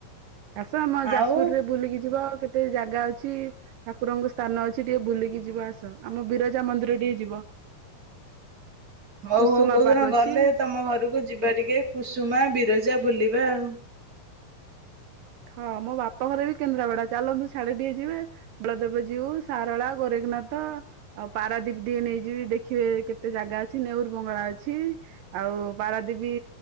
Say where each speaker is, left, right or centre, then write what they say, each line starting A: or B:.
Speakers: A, on the right; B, on the right.
A: ଆସ ଆମ
B: ଆଉ
A: ଯାଜପୁରରେ ବୁଲିକି ଯିବା କେତେ ଜାଗା ଅଛି ଠାକୁରଙ୍କ ସ୍ଥାନ ଅଛି ଟିକେ ବୁଲିକି ଯିବ ଆସ ଆମ ବିରଜା ମନ୍ଦିର ଟିକେ ଯିବ
B: ହଉ
A: କୁସୁମା
B: ହଉ କୋଉ ଦିନ
A: ପାର୍କ
B: ଗଲେ
A: ଅଛି
B: ତମ ଘରକୁ ଯିବା ଟିକେ କୁସୁମା ବିରଜା ବୁଲିବା ଆଉ
A: ହଁ ମୋ ବାପଘର ବି କେନ୍ଦ୍ରାପଡା ଚାଲନ୍ତୁ ସାଢେ ଟିକେ ଯିବା ବଳଦେବଜୀବୁ, ସାରଳା, ଗୋରେଖନାଥ ନାଥ ଆଉ ପାରାଦୀପ ଟିକେ ନେଇଯିବି ଦେଖିବେ କେତେ ଜାଗା ଅଛି ନେଉର ବଙ୍ଗଳା ଅଛି ଆଉ ପାରାଦୀବୀ